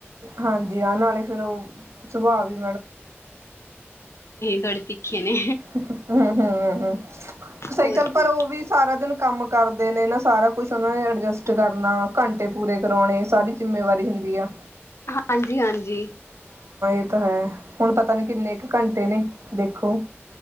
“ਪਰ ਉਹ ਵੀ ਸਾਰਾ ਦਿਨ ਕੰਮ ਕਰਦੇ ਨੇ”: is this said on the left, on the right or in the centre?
Right